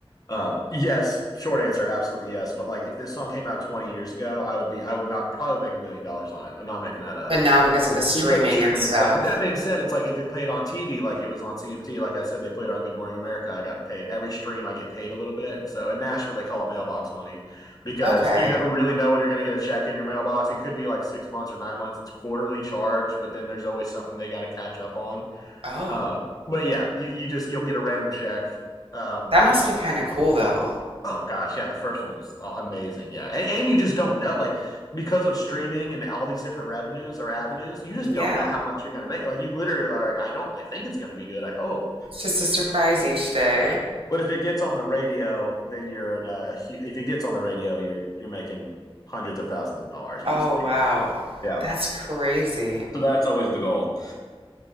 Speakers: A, on the left (about 40°); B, on the right (about 75°).
A: Um, yes, short answer, absolutely yes. But like if this song came out 20 years ago, I would be I would not probably make a million dollars on it. I'm not making that up.
B: But now because of the streaming
A: because of streaming
B: and stuff.
A: and stuff. But that being said, it's like if it played on TV, like it was on CMT, like I said, they played on Good Morning America. I got paid every stream. I get paid a little bit, and so in Nashville they call it mailbox money because
B: Okay.
A: you never really know when you're going to get a check in your mailbox. It could be like six months or nine months. It's quarterly charged, but then there's always something they got to catch up on.
B: Oh,
A: Um, but yeah, you, you just you'll get a random check. Um,
B: that must
A: you know,
B: be kind of cool though.
A: Oh gosh, yeah, the first one was uh, amazing. Yeah, and, and you just don't know, like, because of streaming and all these different revenues or avenues, you just don't
B: Yeah.
A: know how much you're going to make. Like, you literally are like, I don't, I think it's going to be good. I hope,
B: It's just a surprise each day.
A: right? But if it gets on the radio, then you're in a, a if it gets on the radio, you're you're making hundreds of thousands of dollars easily.
B: Oh, wow.
A: Yeah.
B: That's crazy.
A: So that's always the goal.